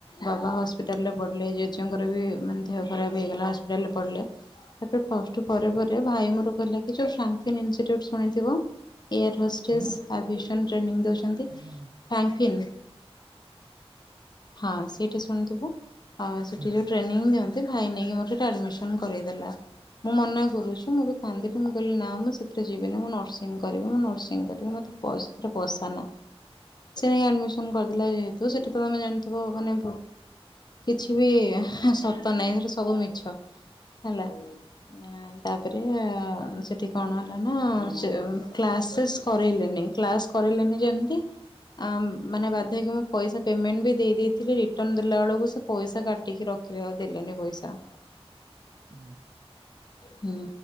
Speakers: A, on the left; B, on the right.
A: ବାବା ହସ୍ପିଟାଲରେ ପଡ଼ିଲେ ଜେଜଙ୍କର ବି ମାନେ ଦେହ ଖରାପ ହେଇଗଲା ହସ୍ପିଟାଲରେ ପଡ଼ିଲେ। ତାପରେ ପ୍ଲସଟୁ ପରେ ଭାଇ ମୋ କହିଲା କି ଯୋଉ ଫ୍ରଙ୍କଫିନ୍ ଇନଷ୍ଟିଚ୍ୟୁଟ ଶୁଣିଥିବ। ଏୟାର ହଷ୍ଟେସ୍
B: ଆଜ୍ଞା
A: ଆଭିସନ୍ ଟ୍ରେନିଂ ଦଉଛନ୍ତି
B: ଆଜ୍ଞା ଆଜ୍ଞା ଆଜ୍ଞା
A: ଫ୍ୟାଙ୍କଫିନ୍। ହଁ ସେଇଠି ଶୁଣିଥିବ ଆଉ ସେଠି
B: ଆଜ୍ଞା
A: ଯୋଉ
B: ଆଜ୍ଞା
A: ଟ୍ରେନିଂ ଦିଅନ୍ତି। ଭାଇ ନେଇକି ମୋର ସେଠି ଆଡମିଶନ କରେଇଦେଲା, ମୁଁ ମନା କରୁଛି ମୁଁ ବି କାନ୍ଦିଲି ମୁଁ କହିଲି ନା ମୁଁ ସେଥିରେ ଯିବିନି, ମୁଁ ନର୍ସିଂ କରିବି ମୁଁ ନର୍ସିଂ କରିବି ମୋତେ ପ ସେଥିରେ ପସାନା। ସେ ନେଇକି ଆଡମିସନ କରିଦେଲା, ଯେହେତୁ ସେଠି ତ ତମେ ଜାଣିଥିବ ମାନେ କିଛି ବି ହାଁ ସତ ନାଇଁ ସେଗୁଡା ସବୁ ମିଛ ହେଲା। ଆ ତାପରେ ସେଠି କଣ ହେଲା ନା, ସେ କ୍ଲାସେସ୍ କରେଇଲେନି କ୍ଲାସ୍। କରିଲେନି ଯେମିତି। ଆମ ମାନେ ବାଧ୍ୟହେଇକି ମୁଁ ପଇସା ପେମେଣ୍ଟ ବି ଦେଇଦେଇଥିଲି, ରିଟର୍ନ ଦେଲା ବେଳକୁ ସେ ପଇସା କାଟିକି ରଖି ରଖିଲେ ଆଉ ଦେଲେନି ପଇସା।
B: ହୁଁ।
A: ହୁଁ